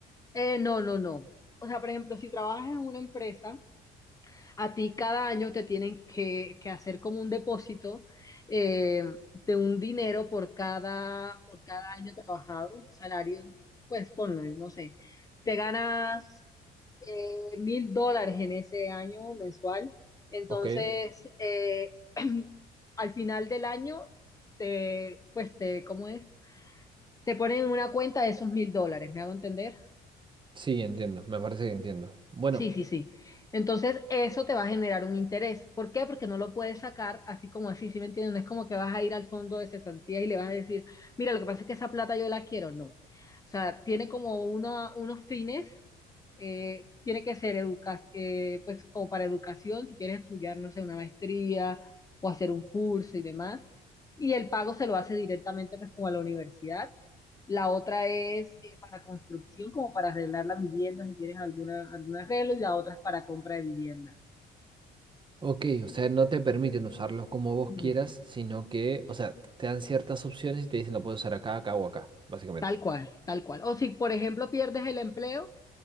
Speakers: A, on the left; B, on the right.
A: Eh, no, no, no. O sea, por ejemplo, si trabajas en una empresa, a ti cada año te tienen que, que hacer como un depósito eh, de un dinero por cada, por cada año trabajado, un salario, pues ponlo, no sé, te ganas eh, mil dólares en ese año mensual. Entonces,
B: Ok.
A: eh, <clears throat> al final del año, te, pues te, ¿cómo es? Te ponen en una cuenta de esos mil dólares, ¿me hago entender?
B: Sí, entiendo, me parece que entiendo. Bueno,
A: Sí, sí, sí. Entonces, eso te va a generar un interés. ¿Por qué? Porque no lo puedes sacar así como así, ¿sí me entiendes? No es como que vas a ir al fondo de cesantías y le vas a decir, mira, lo que pasa es que esa plata yo la quiero. No. O sea, tiene como una- unos fines, eh, tiene que ser educa eh, pues como para educación, si quieres estudiar, no sé, una maestría o hacer un curso y demás. Y el pago se lo hace directamente pues como a la universidad la otra es eh, para construcción, como para arreglar la vivienda, si tienes alguna, algún arreglo, y la otra es para compra de vivienda.
B: ok, o sea, no te permiten usarlo como vos
A: Mm,
B: quieras, sino que, o sea, te dan ciertas opciones y te dicen lo puedes usar acá, acá o acá, básicamente.
A: Tal cual, tal cual. O si, por ejemplo, pierdes el empleo,